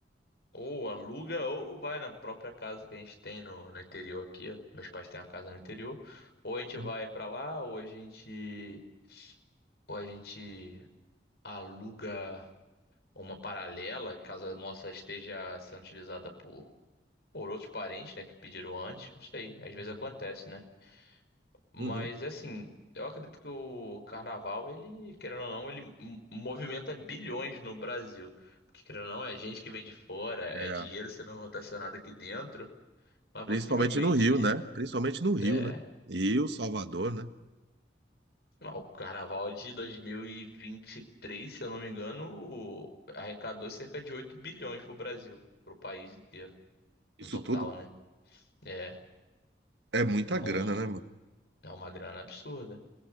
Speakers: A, on the left (about 70°); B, on the right (about 75°).
A: Ou aluga, ou vai na própria casa que a gente tem no, no interior aqui. ó. Meus pais têm uma casa no interior. Ou a gente
B: Uhum,
A: vai pra lá, ou a gente. Ou a gente aluga uma paralela, caso a nossa esteja sendo utilizada por, por outros parentes, né, que pediram antes. Não sei, às vezes
B: uhum,
A: acontece, né? Mas
B: uhum.
A: assim, eu acredito que o carnaval, ele, querendo ou não, ele m- movimenta bilhões no Brasil. Porque, querendo ou não, é gente que vem de fora, é
B: É,
A: dinheiro sendo rotacionado aqui dentro. Mas
B: principalmente
A: possivelmente,
B: no Rio, né? Principalmente no Rio,
A: é.
B: né? Rio, Salvador, né?
A: Não, o carnaval de 2023, se eu não me engano, arrecadou cerca de 8 bilhões pro Brasil, pro país inteiro,
B: Isso
A: no total,
B: tudo
A: né? É,
B: é muita
A: é
B: grana,
A: um,
B: né, mano?
A: é uma grana absurda.